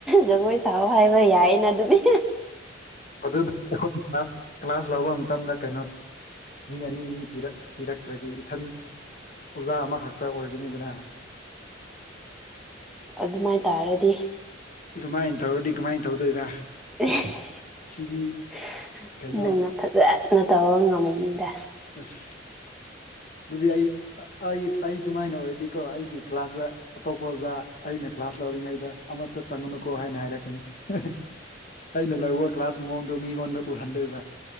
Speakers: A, in the centre; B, on the left.
A: ꯖꯒꯣꯏ ꯁꯥꯎ ꯍꯥꯏꯕ ꯌꯥꯏꯌꯦꯅ ꯑꯗꯨꯗꯤ
B: <unintelligible> ꯈꯣꯏ ꯀ꯭ꯂꯁ ꯀ꯭ꯂꯥꯁ ꯂꯧꯕ ꯃꯇꯝꯗ ꯀꯩꯅꯣ ꯃꯤ ꯑꯅꯤ ꯑꯅꯤ ꯄꯤꯔꯛ ꯄꯤꯔꯛꯇ꯭ꯔꯗꯤ ꯏꯊꯟ ꯑꯣꯖꯥ ꯑꯃꯈꯛꯇ ꯑꯣꯏꯒꯅꯤ ꯗꯅ
A: ꯑꯗꯨꯃꯥꯏ ꯇꯥꯔꯗꯤ
B: ꯑꯗꯨꯃꯥꯏꯅ ꯇꯧꯔꯗꯤ ꯀꯃꯥꯏꯅ ꯇꯧꯗꯣꯏꯕ
A: <unintelligible>
B: ꯁꯤꯗꯤ ꯀꯩꯅꯣ
A: ꯅꯪꯅ ꯐꯖꯅ ꯇꯧꯕ ꯉꯝꯃꯤꯅꯤꯗ
B: ꯑꯁ ꯑꯗꯨꯗꯤ ꯑꯩ ꯑꯩ ꯑꯩ ꯑꯗꯨꯃꯥꯏꯅ ꯑꯣꯏꯔꯗꯤꯀꯣ ꯑꯩꯒꯤ ꯀ꯭ꯂꯥꯁꯇ ꯑꯇꯣꯞꯄ ꯑꯣꯖꯥ ꯑꯩꯅ ꯀ꯭ꯂꯥꯁ ꯂꯧꯔꯤꯉꯩꯗ ꯑꯃꯠꯇ ꯆꯪꯉꯅꯨꯀꯣ ꯍꯥꯏꯅ ꯍꯥꯏꯔꯛꯀꯅꯤ ꯑꯩꯅ ꯂꯧꯕ ꯀ꯭ꯂꯥꯁ ꯃꯑꯣꯡꯗꯣ ꯃꯤꯉꯣꯟꯗ ꯎꯍꯜꯂꯣꯏꯕ